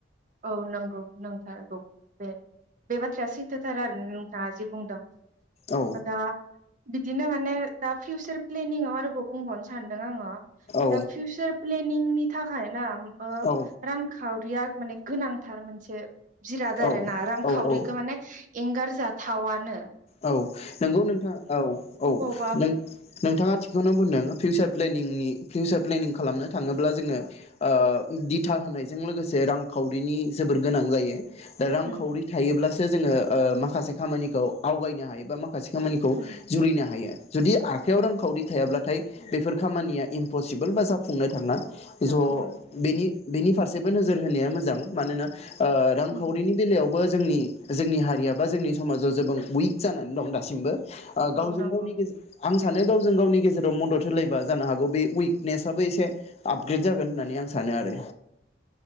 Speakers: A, on the right; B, on the left.
A: औ नोंगौ नोंथारगौ बे बे बाथ्राया सैथोथार आरो नोंथाङा जि बुंदों
B: औ
A: ओ दा बिदिनो माने दा फिउचार प्लेनिंआव आरोबाव बुंबावनो सानदों आङो
B: औ
A: दा फिउचार प्लेन निं नि थाखाय ना ओ
B: औ
A: रां खाव रिया माने गोनांथार मोनसे जिराद
B: औ
A: आरो ना रांखावरिखो
B: औ औ
A: माने एंगारजाथावानो
B: औ नोंगौ नोंथां औ औ
A: अबावबा
B: नों नोंथाङा थिखौनो बुंदों फिउचार प्लेनिंनि फिउचार प्लेनिं खालामनो थाङोब्ला जोङो ओ दिथा होनायजों लोगोसे रांखावरिनि जोबोर गोनां जायो रांखावरि
A: उम
B: थायोब्लासो जोङो ओ माखासे खामानिखौ आवगायनो हायोबा मा खासे खामानिखौ
A: उम
B: जुरिनो हायो जुदि आखायाव
A: उम
B: रांखावरि थायाब्लाथाय बेफोर खामानिया इम्पसिबोल बा जाफुंनो थाङा ज'
A: जाफुङो
B: बेनि बेनि फारसेबो नोजोर होनाया मोजां मानोना ओ रांखावरिनि
A: उम
B: बेलायाव बो जोंनि जोंनि हारिया बा जोंनि समाजाव जेबो उइक जानानै दं दासिमबो ओ गावजों
A: औ नंगौ
B: गावनि गेजेर आं सानो गावजों गावनि गेजेराव मदद होलायबा जानो हागौ बे उइकनेसाबबो एसे आपग्रेद जागोन होननानै आं सानो आरो